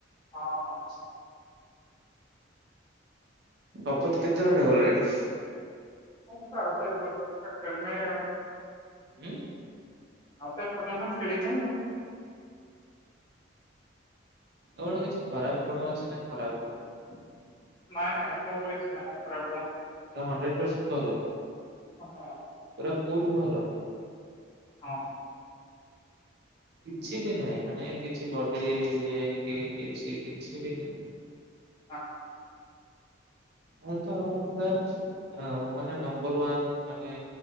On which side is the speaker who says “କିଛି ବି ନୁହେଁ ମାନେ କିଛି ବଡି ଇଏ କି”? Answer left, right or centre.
Right